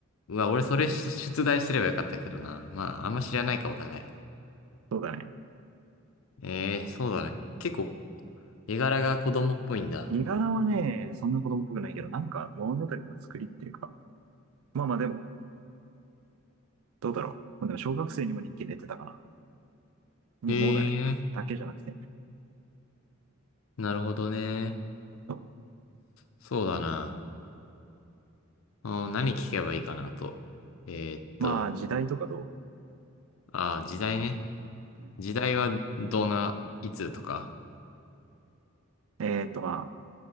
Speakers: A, on the left (about 75°); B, on the right (about 80°).
A: うわ、俺それ出出題すればよかったけどな。まあ、あんま知らないか、お互い。
B: そうだね。
A: ええー、そうだな。結構、絵柄が子供っぽいんだ。
B: 絵柄はね、そんな子供っぽくないけど、なんか物語の作りっていうか、まあまあでも、どうだろう。まあ、でも小学生にも人気出てたかな。にもだね。
A: へえ、
B: だけじゃなくて。
A: なるほどね。
B: そ
A: そうだな。うん、何聞けばいいかなと。えーっと、
B: うまあ時代とかど
A: ああ、時代ね。
B: う、うん
A: 時代はどんな、いつとか。
B: えーっとまあ、